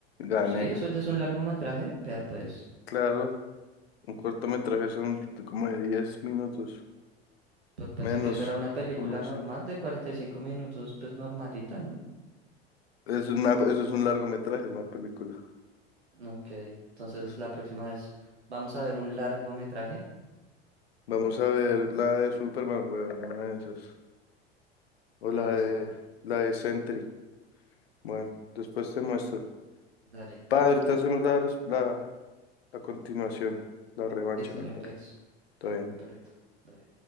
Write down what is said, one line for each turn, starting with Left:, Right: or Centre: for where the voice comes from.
Left: Gané.
Right: sí, eso ya es un largometraje, vea pues,
Left: Claro, un cortometraje son de como de 10 minutos,
Right: pe- pensé
Left: menos,
Right: que eso era una película
Left: como de
Right: normal
Left: cinco.
Right: de 45 minutos, pues normalita, ¿no?
Left: Es una, eso es un largometraje, una película.
Right: Ok, entonces
Left: Eso.
Right: la próxima vez vamos a ver un largometraje,
Left: Vamos a ver la de Superman, weón, una de esas. O
Right: no,
Left: la
Right: no
Left: de,
Right: sé cuál,
Left: la de Sentry. Bueno, después te muestro.
Right: dale.
Left: Padre, ahorita hacemos la, res- la, la continuación, la revancha,
Right: Listo,
Left: mi
Right: dame
Left: por
Right: pex.
Left: Todo
Right: Dale,
Left: bien.
Right: mi perrito. Dale.